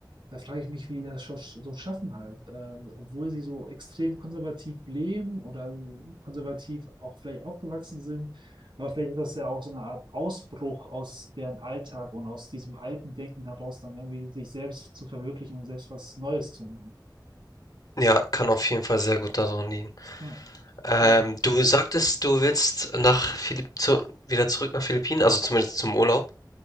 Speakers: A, on the right; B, on the left.
A: Da frage ich mich, wie die das scha- so schaffen halt. Äh, obwohl sie so extrem konservativ leben oder konservativ auch vielleicht aufgewachsen sind. Aber vielleicht ist das ja auch so eine Art Ausbruch aus deren Alltag und aus diesem alten Denken heraus, dann irgendwie sich selbst zu verwirklichen und selbst was Neues zu machen.
B: Ja, kann auf jeden Fall sehr gut daran liegen.
A: Ja.
B: Ähm,
A: Äh,
B: du sagtest, du willst nach Philipp zu wieder zurück nach Philippinen, also zumindest zum Urlaub,